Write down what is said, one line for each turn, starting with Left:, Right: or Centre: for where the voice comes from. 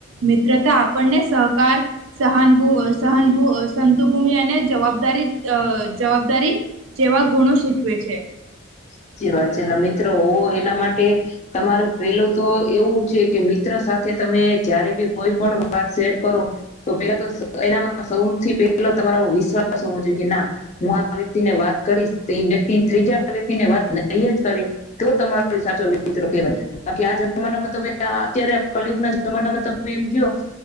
Right: મિત્રતા આપણને સહકાર સહાનભુ સહનભુ સંતુભૂમિ અને જવાબદારી અહ જવાબદારી જેવા ગુણો શીખવે છે.
Left: <unintelligible> મિત્રો હો એના માટે તમારું પેલું તો એવું છે કે બી ત્ર સાથે તમે જયારે બી કોઈ પણ વાત શેર કરો, તો પેલા તો એના સૌથી પેલો તમારામાં વિશ્વાસ હોવો જોઈએ કે ના હું આ વ્યક્તિ ને વાત કરીશ તો વ્યક્તિ ત્રીજાક્ વાત નહી જ કરે તો તમારો સાચો મિત્રો કહેવાય. બાકી આ જમાનામાં તમે આ અત્યારે કલયુગ ના જમાનામાં તમે એમ ક